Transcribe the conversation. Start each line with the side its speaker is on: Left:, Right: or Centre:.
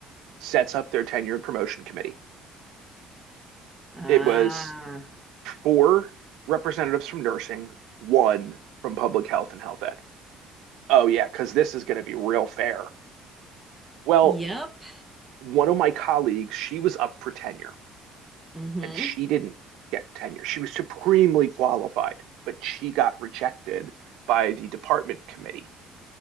Right: sets up their tenure and promotion committee.
Centre: ah,
Right: It was four representatives from nursing, one from public health and health ed. Oh yeah, because this is going to be real fair. Well,
Centre: Yep.
Right: one of my colleagues, she was up for tenure
Centre: mm-hmm.
Right: and she didn't get tenure. She was supremely qualified, but she got rejected by the department committee.